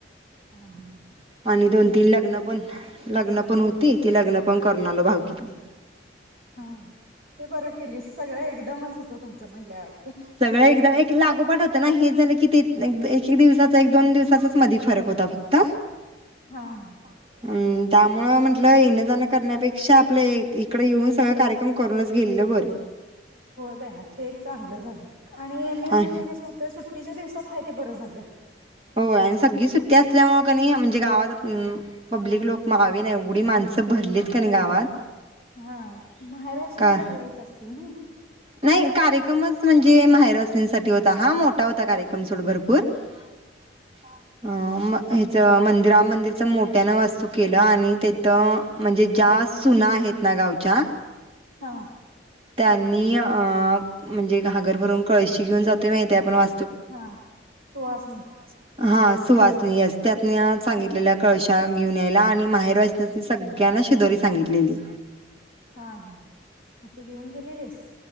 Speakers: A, on the right (about 55°); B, on the right (about 30°).
A: हा
B: आणि
A: तेच
B: दोन
A: म्हटलं
B: तीन लग्न पण लग्न पण होती, ती लग्न पण करून आलो भावकीतली
A: हां हे बरं केलीस सगळं एकदमच होतं तुमचं म्हंटल्यावर
B: सगळं एकदा एक लागोपाट होत ना हे झाल की ते लाईक हे दिवसाच एक-दोन दिवसाचच मधी फरक होता फक्त
A: हां
B: अं त्यामुळं म्हटलं येणं जाण करण्यापेक्षा आपलं इकडे येऊन सगळं कार्यक्रम करूनच गेलेल बरं
A: होय बईना ते एक चांगलं झालं आणि मेन
B: अ
A: म्हणजे कसं होतंय सु तिज्या दिवसांत हाय ते बरं झालं
B: हो आणि सगळी सुट्टी असल्यामुळे कनी म्हणजे गावात म् पब्लिक लोक मावेना नाही एवढी माणसं भरलीत कणाय गावात
A: हा माहेरवासनी
B: का
A: सगळ्या येत असतील ना
B: नाही कार्यक्रमच म्हणजे माहेरवासनींसाठी होता हा मोठा होता कार्यक्रम सोड भरपूर हा अ म ह्याचं मंदिर आ मंदिरचं मोठ्यानं वास्तू केलं आणि त्याथं म्हणजे ज्या सुना आहेत ना गावच्या
A: हा
B: त्यांनी अ म्हणजे घागर भरून कळशी घेऊन जातो माहिती आपण वा
A: हा सोहळा स
B: <inaudible> हा सुवासणीय त्यातनी सांगितलेल्या कळशा घेऊन यायला आणि माहेर वाचण्यासनी सगळ्यांना शिदोरी सांगितलेली
A: हा हा मग तू घेऊन गेलेलीस